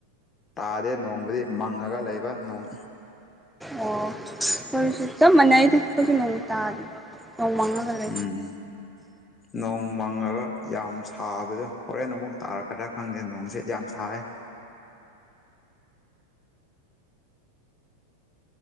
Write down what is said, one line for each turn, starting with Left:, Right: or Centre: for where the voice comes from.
Left: ꯇꯥꯗꯦ ꯅꯣꯡꯕꯨꯗꯤ ꯃꯪꯉꯒ ꯂꯩꯕ ꯅꯣꯡ
Centre: ꯑꯣ ꯇꯨ ꯁꯛꯇ ꯃꯅꯥꯏ ꯊ ꯀꯁꯨ ꯅ ꯇꯗ ꯍꯣꯡꯃꯥꯡꯒꯂ
Left: ꯎꯝ ꯅꯣꯡ ꯃꯪꯉꯒ ꯌꯥꯝ ꯁꯥꯕꯗꯣ ꯍꯣꯔꯦꯟ ꯑꯃꯨꯛ ꯇꯥꯔꯛꯀꯗ꯭ꯔꯥ ꯈꯪꯗꯦ ꯅꯣꯡꯁꯦ ꯌꯥꯝ ꯁꯌꯦꯦ <inaudible>